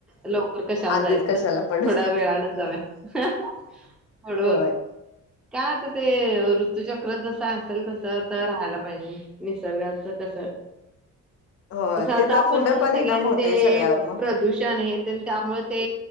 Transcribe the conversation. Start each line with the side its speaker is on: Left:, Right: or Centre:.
Centre: लवकर कशाला
Left: आधीच
Centre: जायचं
Left: कशाला पड
Centre: थोड्या वेळान जाऊया ह ह हळूच
Left: होय
Centre: काय होतं ते ऋतुचक्र जसा असल तस आता राहायला पाहिजे निसर्गाच कस
Left: होय
Centre: तसं आता
Left: त्याचा
Centre: आपण
Left: पुढं परिणाम
Centre: सगळ्यांचे
Left: होतय
Centre: ते
Left: सगळ्यावर मग
Centre: प्रदूषण आहे त त्यामुळे ते